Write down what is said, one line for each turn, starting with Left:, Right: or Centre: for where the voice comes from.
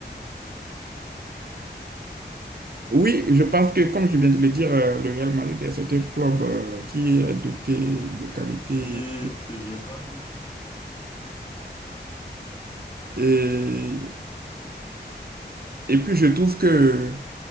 Right: Oui, je pense que, comme je viens de le dire, euh, le Real Madrid, c'est un club euh, qui
Left: je-
Right: est doté de qualité.
Left: je- parce que j'ai pas...
Right: Et, et puis, je trouve que